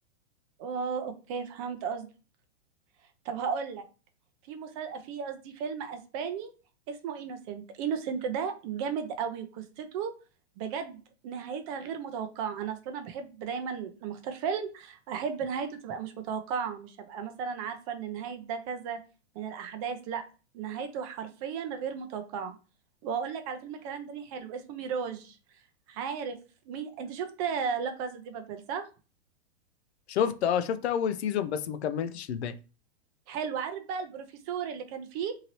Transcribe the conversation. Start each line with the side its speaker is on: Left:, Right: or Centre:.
Right: اه اوكي فهمت قصدك طب هقول لك في مسل... في قصدي فيلم اسباني اسمه انوسنت انوسنت ده جامد قوي قصته بجد نهايتها غير متوقعة أنا أصلا أنا بحب دايما لما أختار فيلم أحب نهايته تبقى مش متوقعة مش هبقى مثلا عارفة إن نهاية ده كذا من الأحداث لأ نهايته حرفيا غير متوقعة وأقول لك على فيلم كمان تاني حلو اسمه ميراج عارف مين أنت شفت لا كازا دي بابل صح؟
Left: شفت اه شفت اول سيزون بس ما كملتش الباقي
Right: حلو عارف بقى البروفيسور اللي كان فيه